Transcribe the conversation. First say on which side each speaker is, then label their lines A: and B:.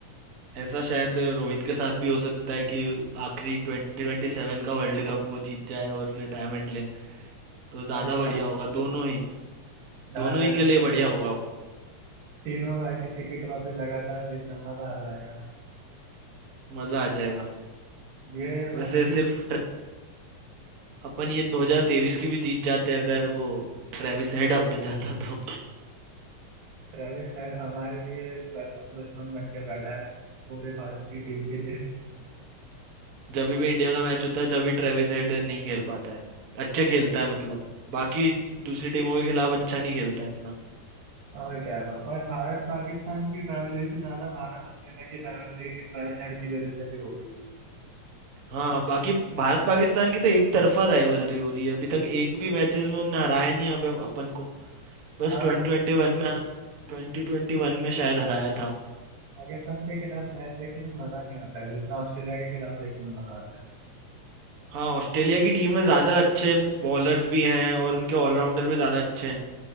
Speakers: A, on the right; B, on the right.
A: ऐसा शायद रोहित के साथ भी हो सकता है कि आखिरी ट्वेंटी ट्वेंटी सेवन का वर्ल्ड कप वो जीत जाए और रिटायरमेंट ले तो ज़्यादा
B: अरे
A: बढ़िया
B: का-
A: होगा दोनों ही
B: काश
A: दोनों ही
B: ऐसा
A: के लिए
B: ही
A: बढ़िया
B: हो
A: होगा वो
B: तीनों आईसीसी की ट्रॉफी लगातार जीतना मजा आ जाएगा
A: मज़ा आ जाएगा
B: ये
A: वैसे
B: अभी भी
A: सिर्फ अपन ये 2023 की भी जीत जाते अगर वो ट्रेविस हेड आउट हो जाता तो
B: ट्रेविस हेड हमारे लिए पर्सनल दुश्मन बन के बैठा है पूरे भारत की टीम के लिए
A: <laughs> जब भी इंडिया का मैच होता है जब भी ट्रेविस हेड नहीं खेल पाता है अच्छा खेलता है मतलब बाकी दूसरी टीमों के खिलाफ अच्छा नहीं खेलता है इतना
B: और क्या हो और भारत पाकिस्तान की rivalry से ज्यादा भारत ऑस्ट्रेलिया की rivalry ट्रेविस हेड की वजह से अभी हो गई है
A: हाँ बाकी भारत पाकिस्तान की तो एक तरफा राइवलरी हो रही है अभी तक एक भी मैचेस में उन्होंने हराया नहीं यहाँ पे अपन को बस
B: हाँ
A: ट्वेंटी
B: वो
A: ट्वेंटी वन में ट्वेंटी ट्वेंटी
B: ये
A: वन में शायद हराया था
B: पाकिस्तान के खिलाफ मैच देखने में मजा नहीं आता है जितना ऑस्ट्रेलिया के खिलाफ देखने में मजा आता है
A: हाँ ऑस्ट्रेलिया की टीम में ज़्यादा अच्छे बॉलर्स भी हैं और उनके ऑलराउंडर भी ज़्यादा अच्छे हैं